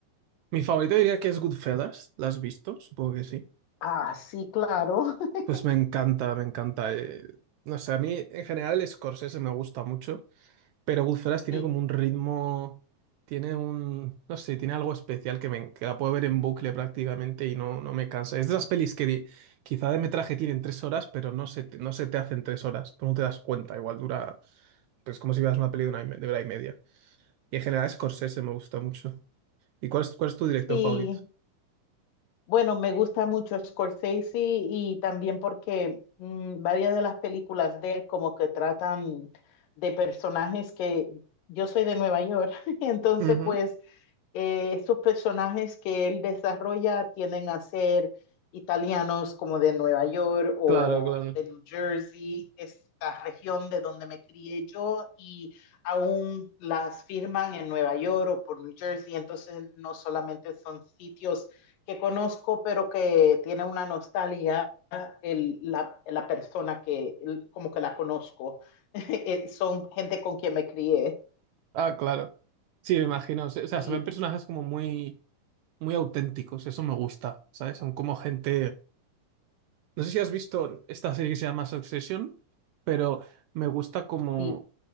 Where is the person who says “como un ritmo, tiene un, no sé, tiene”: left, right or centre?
Right